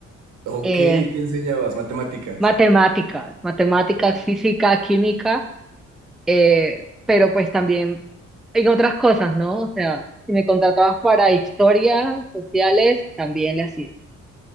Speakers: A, on the right (about 75°); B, in the centre.
A: Ok,
B: Eh,
A: ¿y qué enseñabas? Matemáticas.
B: matemáticas, matemáticas,
A: Claro.
B: física, química, eh, pero pues también en otras cosas, ¿no? O sea, si me contratabas para historia, sociales, también le hacía.